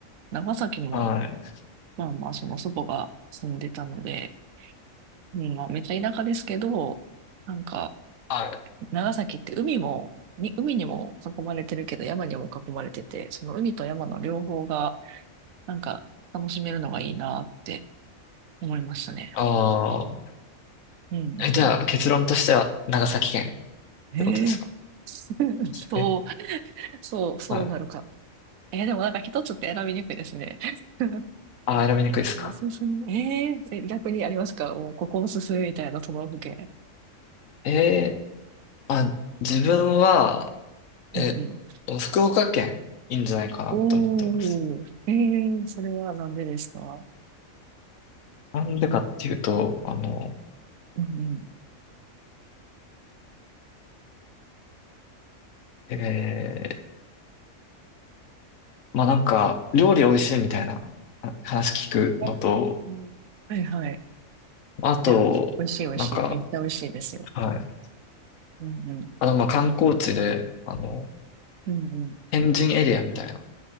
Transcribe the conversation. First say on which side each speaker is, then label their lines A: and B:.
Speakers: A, on the right (about 85°); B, on the left (about 80°).
A: 長崎も
B: はい。
A: まあまあ、その祖母が住んでたので、うんまあ、めっちゃ田舎ですけど、なんか、
B: はい。
A: 長崎って海も、に、海にも囲まれてるけど、山にも囲まれてて、その海と山の両方が、なんか、楽しめるのがいいなって思いましたね。
B: ああ、
A: うんうんうん。
B: え、じゃあ、結論としては、長崎県っ
A: ええ
B: てことですか
A: <laughs> そう、
B: え、
A: そう、そうなるか。
B: はい。
A: えーでもなんか一つって選びにくいですね。<laughs>
B: ああ、選びにくいですか
A: おすすめ。えーえ逆にありますかもうここおすすめみたいな都道府県。
B: ええあ、自分は、え、
A: うん
B: 福岡県、いいんじゃないかなと思ってます。
A: おー、ええそれはなんでですか
B: なんでかっていうと、あの、
A: うんうん。
B: えー、まあなんか、料理美味しいみたいなあ話聞くのと、
A: あーはいはい。
B: あと、
A: いや、美味しい美味しい。
B: なんか、
A: めっちゃ美味しいですよ。
B: はい。
A: うんうん。
B: あの、まあ観光地で、あの、
A: うんうん。
B: 天神エリアみたいな